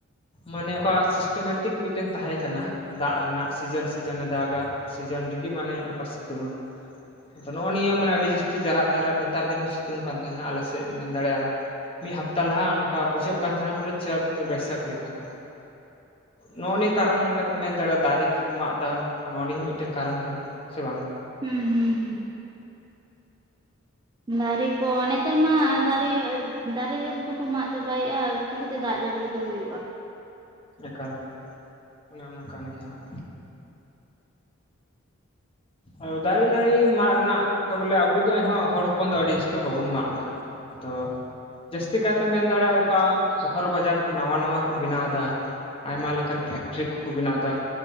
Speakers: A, on the left; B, on the right.
A: ᱢᱟᱱᱮ ᱚᱠᱟ ᱥᱤᱥᱴᱮᱢᱮᱴᱤᱠ ᱢᱤᱫᱴᱮᱱ ᱛᱟᱦᱮᱸ ᱠᱟᱱᱟ ᱫᱟᱜ ᱨᱮᱱᱟᱜ ᱥᱤᱡᱟᱹᱱ ᱥᱤᱡᱟᱹᱱᱮ ᱫᱟᱜᱟ ᱥᱤᱡᱟᱹᱱ ᱨᱮᱜᱮ ᱢᱟᱱᱮ ᱱᱚᱝᱠᱟ ᱥᱤᱛᱩᱝᱟ᱾ ᱱᱚᱜ-ᱚ ᱱᱤᱭᱟᱹ ᱢᱟᱱᱮ ᱟᱹᱰᱤ ᱡᱟᱹᱥᱛᱤ ᱡᱟᱨᱟᱜ ᱡᱟᱨᱟᱜ ᱱᱮᱛᱟᱨ ᱫᱤᱱ ᱦᱚᱸ ᱥᱤᱛᱩᱝ ᱠᱟᱱ ᱛᱟᱦᱮᱱᱟ ᱟᱞᱮ ᱥᱮᱜ ᱢᱮᱱ ᱫᱟᱲᱮᱭᱟᱜ-ᱟ᱾ ᱢᱤᱫ ᱦᱟᱯᱛᱟ ᱞᱟᱦᱟ ᱱᱚᱠᱟ ᱵᱩᱡᱷᱟᱹᱜ ᱠᱟᱱ ᱛᱟᱦᱮᱸᱜ ᱵᱚᱞᱮ ᱪᱟᱹᱛ ᱵᱟᱹᱭᱥᱟᱹᱠ ᱞᱮᱠᱟ ᱦᱟᱸᱜ᱾ ᱱᱚᱜ-ᱚ ᱱᱤᱭᱟᱹ ᱠᱟᱨᱚᱱ ᱞᱮᱠᱟ ᱛᱮᱢ ᱢᱮᱱ ᱫᱟᱲᱮᱭᱟᱜ-ᱟ ᱫᱟᱨᱮ ᱠᱩ ᱠᱩ ᱢᱟᱜ ᱮᱫᱟ ᱱᱚᱜ-ᱚ ᱱᱤᱭᱟᱹ ᱦᱚᱸ ᱢᱤᱫᱴᱮᱱ ᱠᱟᱨᱚᱱ ᱠᱟᱱᱟ ᱥᱮ ᱵᱟᱝ᱾
B: ᱦᱩᱸ᱾ ᱦᱩᱸ ᱦᱩᱸ ᱫᱟᱨᱮ ᱠᱚ ᱱᱮᱛᱟᱨ ᱢᱟ ᱫᱟᱨᱮ ᱫᱟᱨᱮ ᱨᱮ ᱫᱚ ᱠᱚ ᱢᱟᱜ ᱪᱟᱵᱟᱭᱮᱜ-ᱟ ᱟᱫᱚ ᱪᱤᱞᱤ ᱛᱮ ᱫᱟᱜ ᱡᱟᱹᱲᱤ ᱠᱚᱫᱚ ᱦᱩᱭᱩᱜ-ᱟ᱾
A: ᱮᱠᱟᱞ ᱚᱱᱮ ᱚᱱᱟ ᱠᱟᱱ ᱜᱮᱭᱟ ᱦᱟᱸᱜ᱾ ᱟᱹᱣ ᱫᱟᱨᱮ ᱱᱟᱹᱲᱤ ᱢᱟᱜ ᱨᱮᱱᱟᱜ ᱫᱚ ᱵᱚᱞᱮ ᱟᱵᱚ ᱫᱚ ᱮᱱ ᱦᱚᱸ ᱦᱚᱲ ᱦᱚᱯᱚᱱ ᱫᱚ ᱟᱹᱰᱤ ᱡᱟᱹᱥᱛᱤ‌ ᱫᱚ ᱵᱟᱵᱚᱱ ᱢᱟᱜ ᱮᱫᱟ᱾ ᱟᱫᱚ ᱡᱟᱹᱥᱛᱤ ᱠᱟᱭ ᱛᱮᱢ ᱢᱮᱱ ᱫᱟᱲᱮᱜ-ᱟ ᱚᱠᱟ ᱥᱚᱦᱚᱨ ᱵᱟᱡᱟᱨ ᱠᱚ ᱱᱟᱣᱟ ᱱᱟᱣᱟ ᱠᱚ ᱵᱮᱱᱟᱣ ᱫᱟ᱾ ᱟᱭᱢᱟ ᱞᱮᱠᱟᱱ ᱯᱷᱮᱠᱴᱨᱤ ᱠᱩ ᱠᱩ ᱵᱮᱱᱟᱣ ᱫᱟ